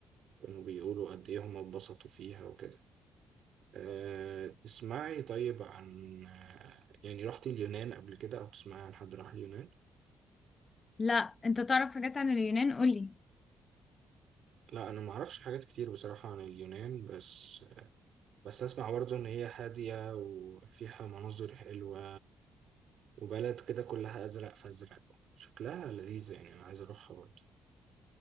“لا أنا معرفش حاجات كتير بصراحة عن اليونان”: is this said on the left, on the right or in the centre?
Right